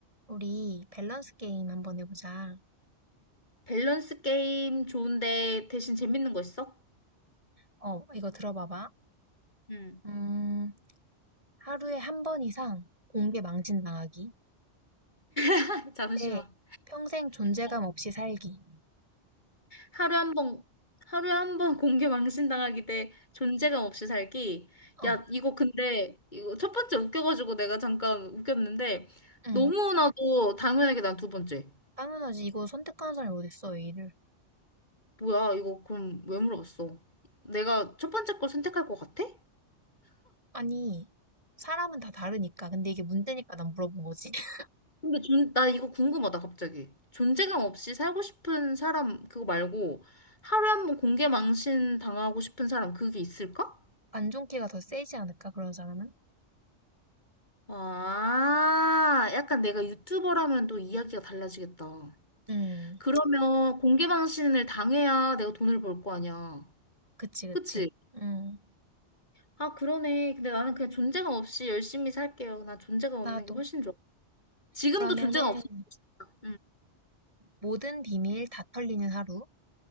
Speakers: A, on the right; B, on the left.
A: 우리 밸런스 게임 한번 해보자.
B: 밸런스 게임 좋은데 대신 재밌는 거 있어?
A: 어, 이거 들어봐봐.
B: 응.
A: 음, 하루에 한 번 이상 공개 망신당하기.
B: <laughs> 잠시만.
A: 대 평생 존재감
B: 어,
A: 없이 살기.
B: 하루에 한 번, 하루에 한 번 <laughs> 공개 망신당하기 대 존재감 없이 살기.
A: 어,
B: 야, 이거 근데, 이거 첫 번째 웃겨가지고 내가 잠깐 웃겼는데,
A: 응.
B: 너무나도 당연하게 난 두 번째.
A: 당연하지. 이거 선택하는 사람이 어딨어, 이 일을.
B: 뭐야, 이거 그럼 왜 물어봤어? 내가 첫 번째 걸 선택할 것 같아?
A: 아니, 사람은 다 다르니까. 근데 이게 문제니까 난 물어본 거지. <laughs>
B: 근데 존, 나 이거 궁금하다, 갑자기. 존재감 없이 살고 싶은 사람, 그거 말고, 하루에 한 번 공개 망신 당하고 싶은 사람, 그게 있을까?
A: 안 좋은 기가 더 세지 않을까, 그런 사람은?
B: 아, 약간 내가 유튜버라면 또 이야기가 달라지겠다.
A: 음,
B: 그러면 공개 망신을 당해야 내가 돈을 벌 거 아니야.
A: 그치, 그치.
B: 그치?
A: 음,
B: 아, 그러네. 근데 나는 그냥 존재감 없이 열심히 살게요. 나 존재감
A: 나도.
B: 없는 게 훨씬 좋아. 지금도
A: 그러면은,
B: 존재감 없으면 좋겠다.
A: 모든 비밀 다 털리는 하루.